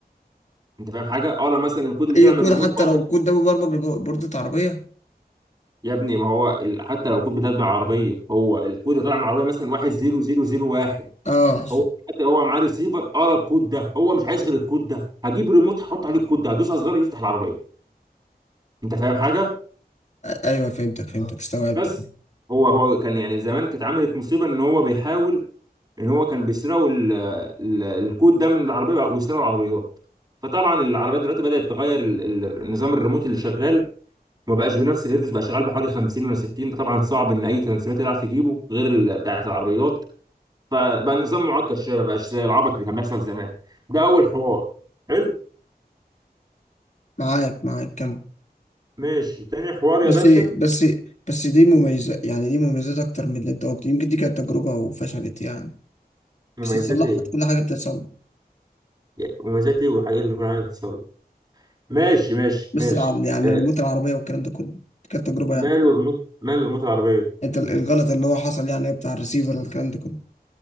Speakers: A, on the right (about 25°); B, on the left (about 45°).
A: انت فاهم حاجه اقرا مثلا الكود اللي
B: اي
A: طلع من
B: كود
A: الريموت
B: حتى
A: واحد
B: لو الكود ده مبرمج لبوردة عربية
A: يا ابني ما هو ال... حتى لو الكود بتاعك من العربيه هو الكود اللي طلع من العربيه مثلا 10001
B: اه
A: هو حتى هو معاه ريسيفر قرا الكود ده هو مش عايز غير الكود ده هجيب ريموت هحط عليه الكود ده هدوس على الزرار يفتح العربيه انت فاهم حاجه
B: ايوه فهمتك فهمتك اه استوعبت
A: بس هو هو كان يعني زمان كانت عملت مصيبه ان هو بيحاول ان هو كان بيسرقوا ال- ال- الكود ده من العربيه ويسرقوا العربيات فطبعا العربيات دلوقتي بدات تغير ال- ال- النظام الريموت اللي شغال ما بقاش بنفس الهيرتز بقى شغال بحوالي 50 ولا 60 ده طبعا صعب ان اي ترانسميتر يعرف يجيبه غير ال- بتاعه العربيات فبقى النظام معقد شويه ما بقاش زي العبط اللي كان بيحصل زمان ده اول حوار حلو
B: معاك معاك كمل
A: ماشي تاني حوار يا
B: بس
A: باشا
B: بس بس دي مميزة يعني دي مميزات اكتر من اللي انت قلت يمكن دي كانت تجربة وفشلت يعني
A: مميزات
B: بس اتصلحت
A: ايه
B: كل حاجة بتتصلح
A: يا- مميزات ايه وحاجات اللي كل حاجه بتتصور ماشي ماشي
B: لسه
A: ماشي
B: العرض يعني
A: آه،
B: ريموت العربية والكلام ده كله كانت تجربة يعني
A: ماله ريموت ماله ريموت العربيه
B: انت ال- الغلط اللي هو حصل يعني بتاع الريسيفر والكلام ده كله